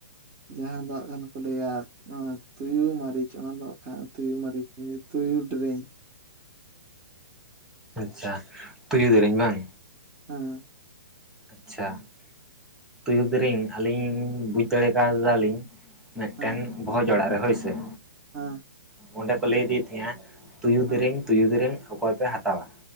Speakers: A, on the right (about 25°); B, in the centre.
A: ᱡᱟᱦᱟᱸ ᱫᱚ ᱦᱟᱸᱜ ᱠᱷᱟᱱ ᱠᱚ ᱞᱟᱹᱭᱟ‌ ᱱᱚᱣᱟ ᱛᱩᱭᱩ ᱢᱟᱹᱨᱤᱪ ᱚᱱᱟᱫᱚ <unintelligible> ᱛᱩᱭᱩ ᱢᱟᱹᱨᱤᱪ ᱛᱩᱭᱩ ᱰᱮᱨᱮᱧ
B: ᱟᱪᱪᱷᱟ, ᱛᱩᱭᱩ ᱫᱮᱨᱮᱧ ᱵᱟᱝ?
A: ᱦᱮᱸ᱾
B: ᱟᱪᱪᱷᱟ, ᱛᱩᱭᱩ ᱫᱮᱨᱮᱧ ᱟᱹᱞᱤᱧ ᱵᱩᱡᱽ ᱫᱟᱲᱮ ᱠᱟᱣᱫᱟᱞᱤᱧ ᱢᱤᱫᱴᱮᱱ
A: ᱦᱮᱸ
B: ᱵᱷᱚᱡᱽ ᱚᱲᱟᱜ ᱨᱮ ᱦᱳᱭ ᱥᱮ
A: ᱦᱮᱸ
B: ᱚᱸᱰᱮ ᱠᱚ ᱞᱟᱹᱭ ᱤᱫᱤᱭᱮᱫ ᱛᱟᱦᱮᱸᱱᱟ ᱛᱩᱭᱩ
A: ᱦᱮᱸ
B: ᱫᱮᱨᱮᱧ, ᱛᱩᱭᱩ ᱫᱮᱨᱮᱧ ᱚᱠᱚᱭ ᱯᱮ ᱦᱟᱛᱟᱣᱟ?